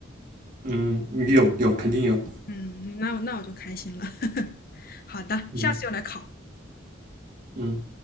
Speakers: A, on the right; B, on the left.
A: 嗯，有有，肯定有。
B: 嗯，那我那我就开心了。<laughs> 好的，
A: 嗯
B: 下次又来考。
A: 嗯。